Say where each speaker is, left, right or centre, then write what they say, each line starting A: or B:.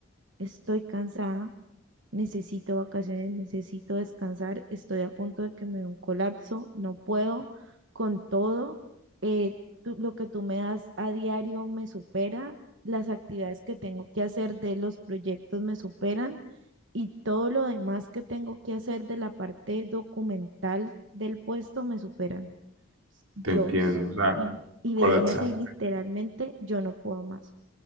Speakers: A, on the right; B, on the right.
A: estoy cansada, necesito vacaciones, necesito descansar, estoy a punto de que me dé un colapso, no puedo con todo. eh, tú- lo que tú me das a diario me supera, las actividades que tengo que hacer de los proyectos me superan y todo lo demás que tengo que hacer de la parte documental del puesto me superan. Yo,
B: Te entiendo,
A: s-
B: o sea,
A: y, y
B: colapsar.
A: le dije así literalmente, yo no puedo más.